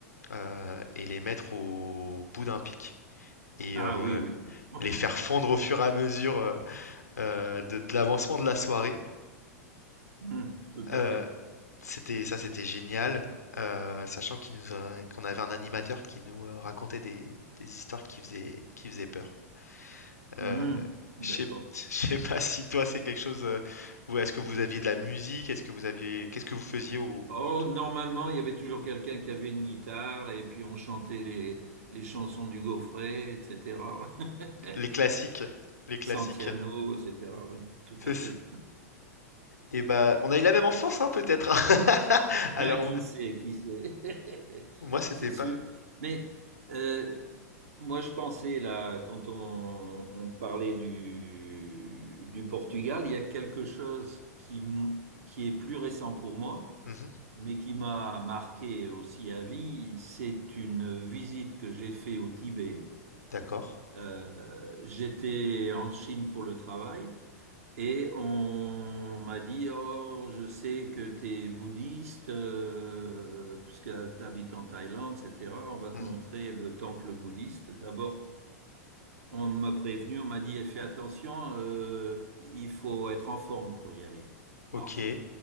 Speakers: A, on the left (about 80°); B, on the right (about 65°).
A: heu et les mettre au bout d'un pic et
B: Ah
A: heu,
B: oui, oui. <laughs>
A: les faire fondre au fur et à mesure, heu heu, de de l'avancement de la soirée,
B: Hmm, tout
A: heu,
B: à fait.
A: c'était ça, c'était génial, heu, sachant qu'il nous a qu'on avait un animateur qui nous, heu, racontait des des histoires qui faisaient qui faisaient peur.
B: Hmm,
A: Euh,
B: d'accord.
A: je sais <laughs> je sais pas si toi c'est quelque chose. euh, vous- Est-ce que vous aviez de la musique? Est-ce que vous aviez, qu'est-ce que vous faisiez au,
B: Oh,
A: au-
B: normalement, il y avait toujours quelqu'un qui avait une guitare et puis on chantait les, les chansons du Gaufret, etc. <laughs>
A: les classiques, les classiques.
B: Santiano, etc. Oui, tout
A: C'est
B: à fait.
A: ça. Et bah, on a eu la même enfance, hein, peut-être. <laughs>
B: Ben
A: Alors
B: qui sait, qui sait.
A: moi
B: <laughs>
A: c'était
B: C'est sûr.
A: pas.
B: Mais euh, moi, je pensais, là, quand on, on parlait du, du Portugal, il y a quelque chose qui, m- qui est plus récent pour moi,
A: Mhm,
B: mais qui m'a marqué aussi à vie. C'est une visite que j'ai faite au Tibet.
A: d'accord.
B: Euh, j'étais en Chine pour le travail. Et on m'a dit, oh, je sais que tu es bouddhiste, euh, puisque tu habites en Thaïlande, etc. On va te
A: Mhm.
B: montrer le temple bouddhiste. D'abord, on m'a prévenu, on m'a dit, Eh, fais attention, euh, il faut être en forme pour y aller.
A: Ok,
B: Ah,